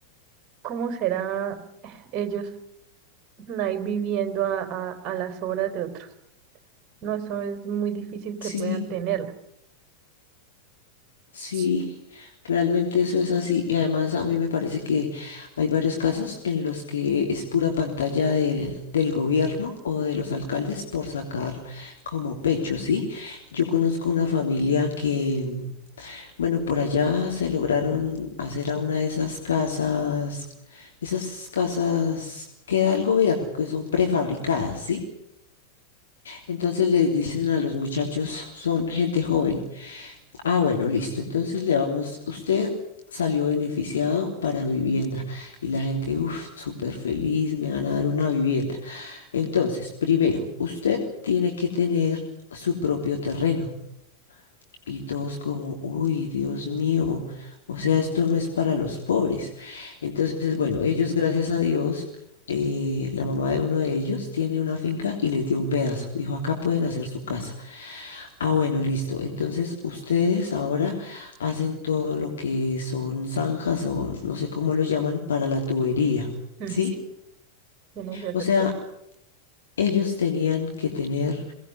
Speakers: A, on the right; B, on the left.
A: ¿cómo será <sighs> ellos ahí viviendo a, a, a las obras de otros? No, eso es muy difícil que
B: Sí,
A: puedan tenerla.
B: sí,
A: Sí.
B: realmente eso es así. Y además a mí me parece que hay varios casos en los que es pura pantalla de- del gobierno o de los alcaldes por sacar como pecho, ¿sí? Yo conozco una familia que, bueno, por allá se lograron hacer a una de esas casas, esas casas que da el gobierno, que son prefabricadas, ¿sí? Entonces les dicen a los muchachos, son gente joven. Ah, bueno, listo. Entonces le vamos, usted salió beneficiado para vivienda. Y la gente, uff, súper feliz, me van a dar una vivienda. Entonces, primero, usted tiene que tener su propio terreno. Y todos como, uy, Dios mío, o sea, esto no es para los pobres. Entonces, bueno, ellos, gracias a Dios, eh, la mamá de uno de ellos tiene una finca y les dio un pedazo. Dijo, acá pueden hacer su casa. Ah, bueno, listo. Entonces, ustedes ahora hacen todo lo que son zanjas o no sé cómo lo llaman para la tubería,
A: Mm,
B: ¿sí?
A: Tienen que hacer
B: O sea,
A: todo.
B: ellos tenían que tener